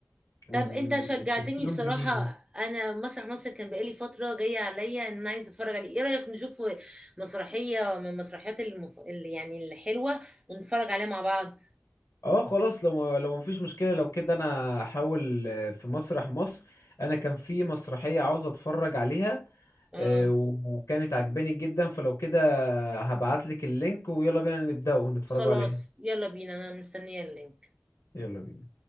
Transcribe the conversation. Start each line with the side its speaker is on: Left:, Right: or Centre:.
Left: وتمثيلهم
Right: طب انت شجعتني بصراحة
Left: جميل
Right: انا مسرح مصر كان بقالي فترة جاية عليا ان انا عايزة اتفرج عليه ايه رأيك نشوف مسرحية من المسرحيات المف... اللي يعني الحلوة ونتفرج عليها مع بعض
Left: اه خلاص لو لو مفيش مشكلة لو كده انا هحاول آه، في مسرح مصر انا كان في مسرحية عاوز اتفرج عليها
Right: اه
Left: آه، و- وكانت عجباني جدا فلو كده هبعتلك اللينك ويلا بينا نبدأ ونتفرجوا
Right: خلاص
Left: عليها
Right: يلا بينا انا مستنية اللينك
Left: يلا بينا